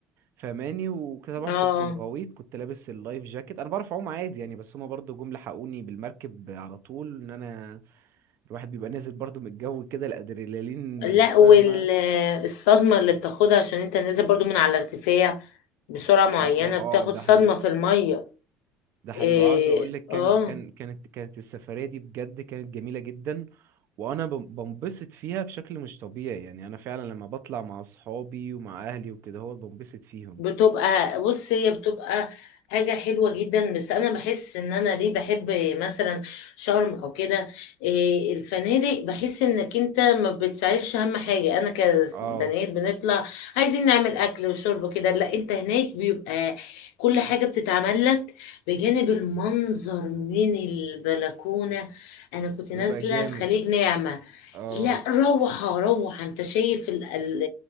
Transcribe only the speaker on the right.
فماني وكده طبعا
كان في الغويط كنت لابس اللايف جاكيت انا بعرف اعوم عادي يعني بس هما برضو جم لحقوني بالمركب على طول ان انا الواحد بيبقى نازل برضو من الجو كده الادرينالين
فاهمه
اه اه
ده
حقيقي
ده حقيقي
وعاوز اقول لك كان
كان كانت كانت السفريه دي بجد كانت جميله جدا وانا بن- بنبسط فيها بشكل مش طبيعي يعني انا فعلا لما بطلع مع اصحابي ومع اهلي وكده هو بنبسط فيهم
اه
بيبقى
جامد
اه